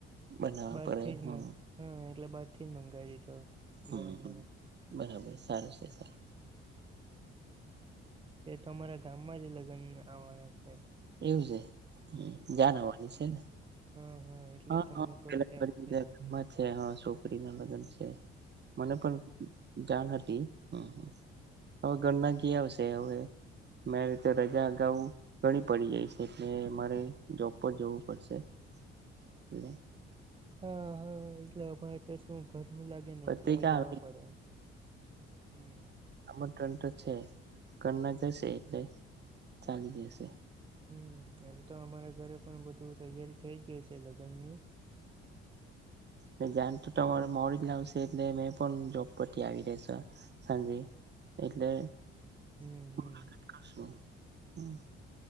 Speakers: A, on the right; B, on the right.
A: બનાવવા
B: બારથી
A: પડે
B: જ
A: હમ
B: હા એટલે બાર થી જ મંગાવી દીધો.
A: હમ
B: ગરમ
A: હ
B: ગરમ
A: બરાબર સારું છે સારું.
B: હ તે તો અમારા ગામમાં જ લગ્ન આવવાના છે.
A: એવું છે
B: હમ
A: જાન આવાની છેને?
B: હા એટલે
A: હા
B: તમને થોડાક
A: <unintelligible>
B: યાદ કર્યા
A: છે હા છોકરી ના લગ્ન છે મને પણ જાણ હતી હમ. હવે ઘરના ક આવશે હવે મે રીતે રજા અગાઉ. ઘણી પડી જાય છે એટલે મારે જોબ પર જવું પડશે એટલે
B: હા હા એટલે અમારે તો શું ઘરનું લાગે ને એટલે
A: પત્રિકા
B: જવા
A: આવે
B: પડે. હમ
A: આમ ત્રન તો છે ઘરના જશે એટલે ચાલી જશે.
B: હમ એમ તો અમારા ઘરે પણ બધું તૈયારી થઇ ગય છે લગ્ન ની.
A: હ જન તો તમારે મોડી જ લાવશે એટલે મેં પણ જોબ પરથી આવી રેસો. સાંજે એટલે
B: હમ હમ
A: હ <unintelligible>